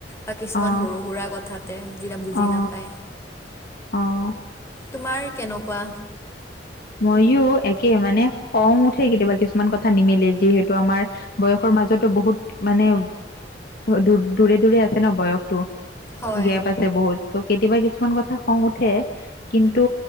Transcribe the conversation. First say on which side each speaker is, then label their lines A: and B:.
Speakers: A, on the left; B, on the left.
A: বা কিছুমান
B: অ
A: সৰু সুৰা কথাতে যেতিয়া বুজি
B: অ
A: নাপায়।
B: অ
A: তোমাৰ কেনেকুৱা?
B: মইয়ো একে মানে খং উঠে কেতিয়াবা কিছুমান কথা নিমিলে যিহেতু আমাৰ বয়সৰ মাজতো বহুত মানে দূ দূৰে দূৰে আছে ন বয়সটো
A: হয়
B: গেপ আছে। বহুত ত কেতিয়াবা কিছুমান কথা খং উঠে কিন্তু